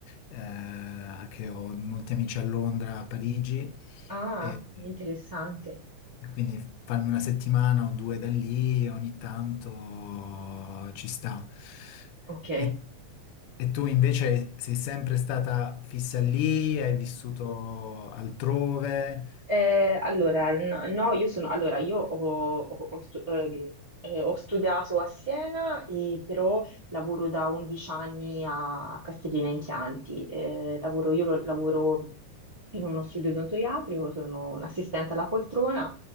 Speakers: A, on the left (about 85°); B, on the right (about 25°).
A: eh, che ho molti amici a Londra, a Parigi,
B: Ah,
A: e,
B: interessante.
A: e quindi farmi una settimana o due da lì ogni tanto ci sta.
B: Ok.
A: E e tu invece sei sempre stata fissa lì, hai vissuto altrove?
B: Eh, allora, n- no, io sono, allora, io ho, ho- ho stu- ehm, eh, ho studiato a Siena, e però lavoro da 11 anni a Castellina in Chianti. Eh, lavoro, io lo- lavoro in uno studio odontoiatrico, sono un'assistente alla poltrona